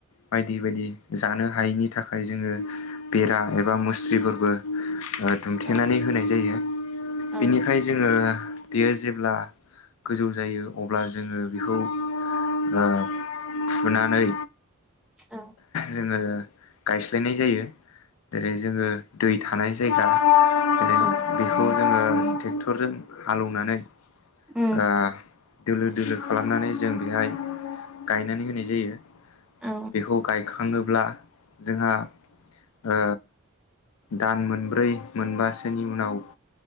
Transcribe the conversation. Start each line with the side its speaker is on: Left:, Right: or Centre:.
Left: बायदि बायदि जानो हायैनि थाखाय जोङो बेरा एबा मुस्रिफोरबो ओ दुमथेनानै
Centre: औ
Left: होनाय जायो
Centre: औ
Left: बेनिफ्राय जोङो बेयो जेब्ला गोजौ जायो अब्ला जोङो बेखौ ओ फुनानै
Centre: औ
Left: जोङो गायस्लायनाय जायो जेरै जोङो दै थानाय जायगा जेरै
Centre: औ
Left: बेखौ जोङो ट्रेक्टरजों हालौनानै ओ
Centre: उम
Left: दोलो दोलो खालामनानै जों बेहाय गायनानै होनाय जायो
Centre: औ
Left: बेखौ गायखा खाङोब्ला जोंहा ओ दान मोनब्रै मोनबासोनि उनाव